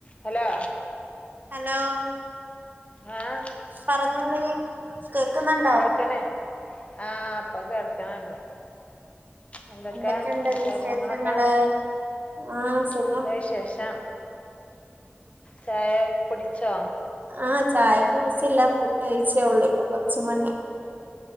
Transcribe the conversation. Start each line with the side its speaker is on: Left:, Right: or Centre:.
Left: ഹലോ
Right: ഹലോ
Left: ആഹ്
Right: പറഞ്ഞോളി കേക്ക്ന്ന്
Left: കേൾക്ക്ണ് ആ ഇപ്പ കേൾക്ക്ണ് ണ്ട് എന്തൊക്കെ
Right: എന്തൊക്കെയുണ്ട്
Left: വിശേഷങ്ങളൊക്കെ
Right: വിശേഷങ്ങള് ആഹ് സുഖം
Left: നല്ല വിശേഷം ചായ കുടിച്ചോ
Right: ആ ചായ കുടിച്ചില്ല ഫുഡ് കഴിച്ചേ ഒള്ളൂ ഇപ്പൊ കോറച്ച് മുന്നേ